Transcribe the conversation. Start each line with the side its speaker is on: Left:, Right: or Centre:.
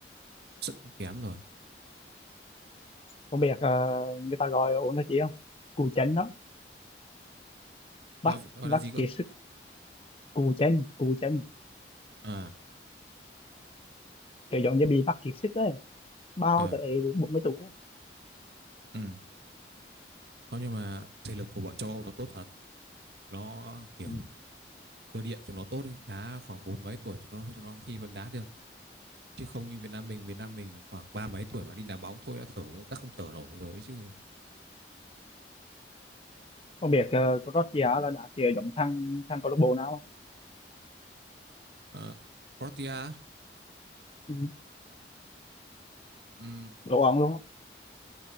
Right: sức cũng kém rồi
Left: không biết ờ, người ta gọi ổn là gì không cù chân đó bắt
Right: gọi gì gọi
Left: bắt
Right: là gì cơ
Left: kiệt sức cù chân cù chân
Right: à
Left: kiểu giống như bị mắc kiệt sức ấy bao
Right: ờ
Left: tới 40 tuổi á.
Right: ừ thôi nhưng mà thể lực của bọn châu Âu nó tốt thật nó kiểu
Left: ừ.
Right: cơ địa cho nó tốt ấy đá khoảng bốn mấy tuổi cho nó cho nó có khi vẫn đá được chứ không như Việt Nam mình Việt Nam mình mà khoảng ba mấy tuổi mà đi đá bóng thôi đã thở đã không thở nổi rồi ấy chứ
Left: không biết uh, Croatia là đá kiểu giống thằng thằng câu lạc bộ nào không
Right: Ờ, Croatia á?
Left: ừ.
Right: ừm,
Left: đồ ông luôn á